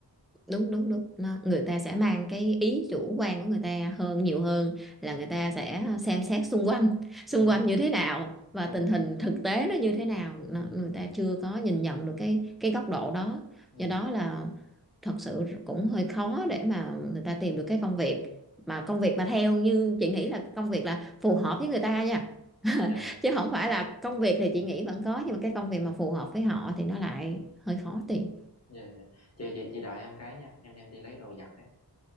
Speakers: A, in the centre; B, on the left.
A: đúng đúng đúng nó, người ta sẽ mang cái ý chủ quan của người ta hơn nhiều hơn là người ta sẽ xem xét xung quanh xung
B: đúng
A: quanh
B: rồi
A: như thế nào và
B: đúng
A: tình
B: rồi
A: hình thực tế nó như thế nào
B: ừ
A: nó, người ta chưa có nhìn nhận được cái cái góc độ đó
B: ừ
A: do đó là thật sự cũng hơi khó để mà người ta tìm được cái công việc mà công việc mà theo như chị nghĩ là công việc là phù hợp với người ta nha <laughs>
B: dạ
A: chứ không phải là công việc thì chị nghĩ vẫn có nhưng mà cái công việc mà phù hợp với họ thì nó lại hơi khó tìm
B: dạ dạ chị chị chị đợi em cái nha em em đi lấy đồ giặt đấy